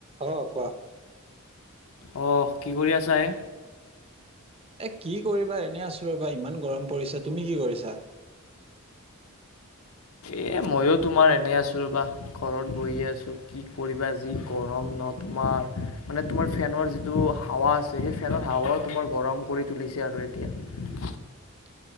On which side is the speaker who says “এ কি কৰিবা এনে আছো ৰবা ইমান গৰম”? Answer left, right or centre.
Right